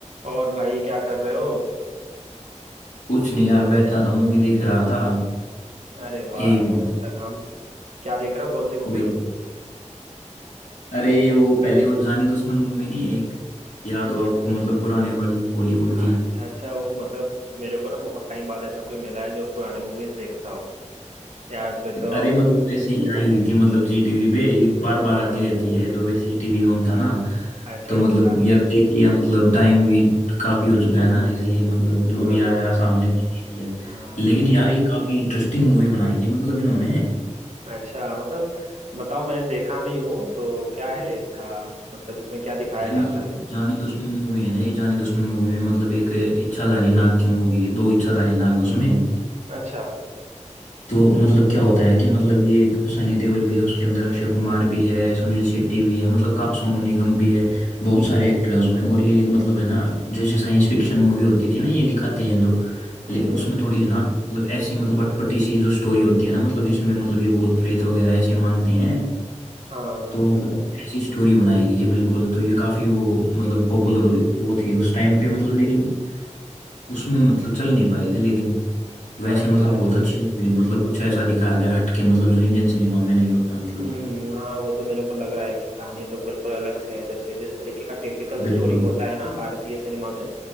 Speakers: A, on the right; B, on the left.
A: और भाई क्या कर रहे हो
B: कुछ नहीं यार बैठा था मूवी देख रहा था
A: अरे
B: ये
A: वाह बहुत अच्छा काम क्या देख रहे हो कौन सी मूवी
B: बिल्कुल अरे ये वो पहले वो जानी दुश्मन मूवी नहीं एक याद हो
A: अच्छा
B: आपको मतलब पुराने वाली बॉलीवुड
A: अच्छा
B: की
A: अच्छा, वो मतलब मेरे को ना बहुत टाइम बाद ऐसा कोई मिला है जो पुराने मूवीज देखता हो यार फिर तो
B: अरे मतलब वैसे ही आई हुई थी मतलब जी टीवी पे ये बार बार आती
A: हाँ
B: रहती है तो वैसे ही टीवी ऑन था ना
A: अच्छा
B: तो मतलब
A: अच्छा
B: यार देख लिया मतलब टाइम भी काफी हो चुका है ना इसलिए मतलब जो
A: हाँ
B: भी आया सामने भी देख लिया
A: हाँ
B: लेकिन यार ये काफी इंटरेस्टिंग मूवी बनाई थी मतलब इन्होंने
A: अच्छा मतलब बताओ मैं देखा नहीं हूँ तो क्या है इसका मतलब इसमें क्या दिखाया
B: अरे मतलब
A: जाता है
B: जानी दुश्मन मूवी है ना ये जानी दुश्मन मूवी में मतलब एक इच्छाधारी नाग की मूवी है दो इच्छाधारी नाग है उसमें
A: अच्छा
B: तो मतलब क्या होता है कि मतलब ये सनी देओल भी है उसके अंदर अक्षय कुमार भी है सुनील शेट्टी भी है मतलब का सोनू निगम भी है बहुत सारे एक्टर हैं उसमें और ये एक मतलब है ना जैसे साइंस फिक्शन मूवी होती थी ना ये दिखाते हैं जो लेकिन
A: हम्म हम्म,
B: उसमें थोड़ी है ना मतलब ऐसी मतलब अटपटी सी जो स्टोरी होती है ना मतलब जिसमें मतलब ये भूत प्रेत वगैरह ऐसे मानते हैं
A: हाँ
B: तो मतलब ऐसी स्टोरी बनाई गई है बिल्कुल तो ये काफी वो मतलब पॉपुलर वो थी उस टाइम पे मतलब लेकिन उसमें मतलब चल नहीं पाई थी लेकिन वैसे
A: अच्छा
B: मतलब
A: अच्छा
B: बहुत अच्छी लगी मतलब कुछ ऐसा दिखाया गया हटके मतलब जो इंडियन सिनेमा में नहीं होता मतलब
A: हम्म हम्म, हाँ वो तो मेरे को लग रहा है कि कहानी तो बिल्कुल अलग से है जैसे जिस तरीके का टिपिकल स्टोरी
B: बिल्कुल
A: होता है ना भारतीय सिनेमा में